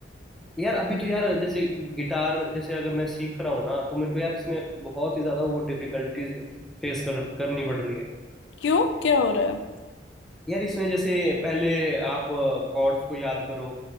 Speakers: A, in the centre; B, on the left.
A: यार अभी तो यार जैसे गिटार जैसे अगर मैं सीख रहा हूँ ना तो मेरे को यार इसमें बहुत ही ज़्यादा वो डिफिकल्टीज फेस कर करनी पड़ रही है
B: क्यों क्या हो रहा है
A: यार इसमें जैसे पहले आप कॉर्ड्स को याद करो